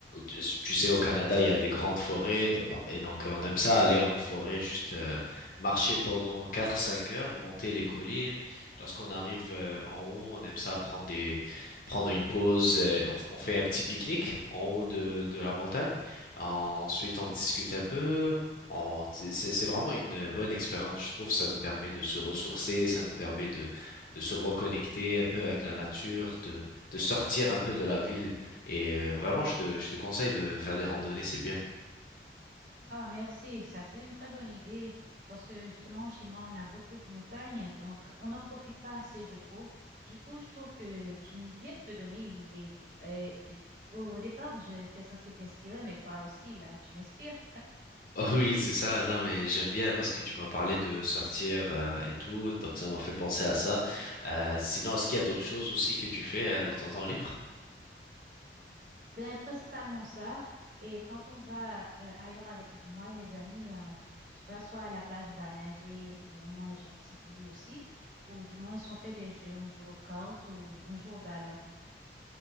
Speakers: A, on the left; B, on the right.
A: tu- tu sais, au Canada, il y a des grandes forêts. donc- Et donc, euh, on aime ça aller en forêt, juste euh, marcher pendant quatre cinq heures, monter les collines. Lorsqu'on arrive euh, en haut, on aime ça prendre des, prendre une pause. euh, on, f- on fait un petit pique-nique en haut de, de la montagne. Ensuite, on discute un peu. On- c'est c'est vraiment une bonne expérience, je trouve. Ça nous permet de se ressourcer, ça nous permet de de se reconnecter un peu avec la nature, de, de sortir un peu de la ville. Et euh, vraiment, je te, je te conseille de faire des randonnées, c'est bien. <laughs>
B: Ah, merci. Ça, c'est une très bonne idée parce que justement, chez moi, on a beaucoup de montagnes, donc on n'en profite pas assez, je trouve. Du coup, je trouve que tu me- viens de me donner une idée. Euh, euh, au, au départ, j'étais censée t'inspirer, mais toi aussi, là, tu m'inspires.
A: Oh oui, c'est ça. Non, mais j'aime bien parce que tu m'as parlé de sortir euh, et tout, donc ça m'a fait penser à ça. Euh, sinon, est-ce qu'il y a d'autres choses aussi que tu fais euh, dans ton temps libre?
B: Ben, principalement ça. Et quand on va euh, ailleurs avec m- moi et mes amis, on va soit à la plage, on va nager ou on mange un petit bout aussi. Ou du moins, si on fait des jeux, on joue aux cartes ou on joue au ballon.